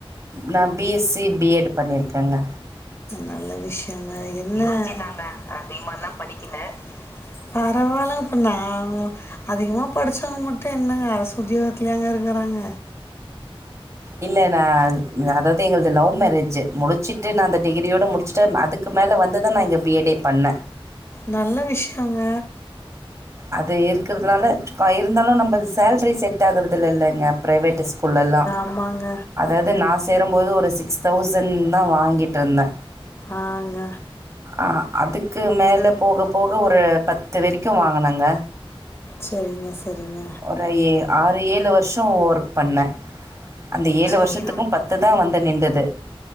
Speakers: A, on the right (about 30°); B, on the left (about 25°).
A: நா B S C B Ed பண்ணிருக்கங்க
B: நல்ல விஷயந்தா என்ன ஒகே தாங்க அதிகமால்லா படிக்கல பரவால்லப்பண்ணா அதிகமா படிச்சவங்க மட்டு என்ன அரசு உத்யோகத்துலயாங்க இருக்குறாங்க
A: இல்ல நா அதாவது எங்களது லவ் மேரேஜு முடிச்சுட்டு நா அந்த டிகிரியோட முடிச்சுட்டு அதுக் க்கு மேல வந்து தா நா இங்க பி எட் ஏ பண்ண
B: நல்ல விஷ்யோங்க
A: அது இருக்றதுனால இருந்தாலு நம்ப சேல்ரி செட் ஆகுறதில்லலங்க ப்ரைவேட்டு ஸ்கூல்லெல்லா
B: அம்மாங்க
A: அதாது நா சேரும்போது ஒரு சிக்ஸ் தௌசண் தா வாங்கிட்ருந்த
B: ஆ ங்க
A: ஆ அதுக்கு மேல போக போக ஒரு பத்து வரக்கு வாங்குனங்க
B: செரிங்க செரிங்க
A: ஒரு ஏ ஆறு ஏழு வர்ஷோ ஒர்க் பண்ணே இந்த ஏழு
B: சரி
A: வருஷத்துக்கு பத்து தா வந்து நின்டது